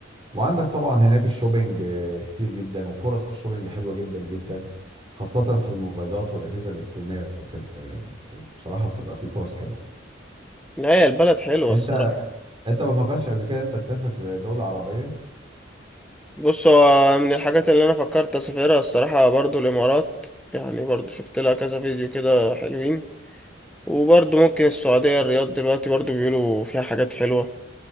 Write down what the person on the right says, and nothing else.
وعندك طبعا هناك الشوبينج آه، كتير جدا وفرص الشوبينج حلوة جدا جدا خاصة في الموبايلات والأجهزة الإلكترونية وكده يعني بصراحة بتبقى في فرص حلوة
انت
انت ما فكرتش قبل كده انت تسافر دولة عربية